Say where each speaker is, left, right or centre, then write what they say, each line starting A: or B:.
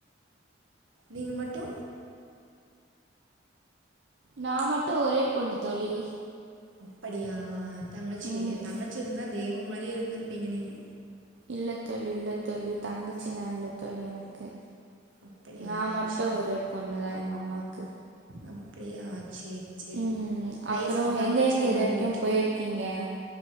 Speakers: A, on the right; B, on the right.
A: நீங்க மட்டு
B: நான் மட்டு ஒரே பொண்ணு தோழி
A: அப்படியா தங்கச்சில்லயா
B: ம்
A: தங்கச்சி இருந்தா தெய்வ மாரி இப்பிடியே இருந்துருப்பிங்க நீங்க
B: இல்ல தோழி இல்ல தோழி தங்கச்சிலா இல்ல தோழி எனக்கு
A: அப்படியா
B: நா மட்டோ
A: சரி
B: ஒரே பொண்ணுதா எங்க அம்மாக்கு
A: அப்டியா சேரி சேரி
B: ம் அப்புறம்
A: லைஃப்ல ஒர் தங்கச்சி
B: எங்கே எங்கே இது
A: ரொம்போ
B: வரைக்கும்
A: முக்கியோ
B: போயிருக்கீங்க